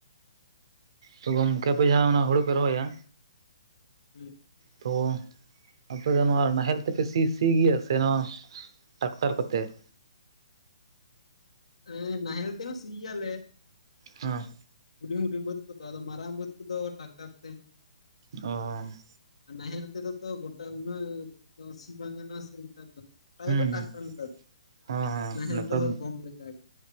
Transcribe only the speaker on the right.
ᱦᱮᱸ ᱜᱚᱝᱠᱮ ᱟᱯᱮ ᱡᱟᱦᱟᱸ ᱦᱩᱲᱩ ᱯᱮ ᱨᱚᱦᱚᱭᱟ᱾
ᱛᱚ ᱟᱯᱮ ᱫᱚ ᱱᱚᱣᱟ ᱱᱟᱦᱮᱞ ᱛᱮᱯᱮ ᱥᱤ ᱥᱤ ᱜᱮᱭᱟ, ᱥᱮ ᱱᱚᱣᱟᱼᱼ ᱴᱨᱟᱠᱛᱟᱨ ᱠᱚᱛᱮ ᱾
ᱦᱩᱸ
ᱚ <unintelligible>
ᱦᱩᱸ
ᱦᱮᱸ ᱦᱮᱸ
ᱱᱮᱛᱟᱨ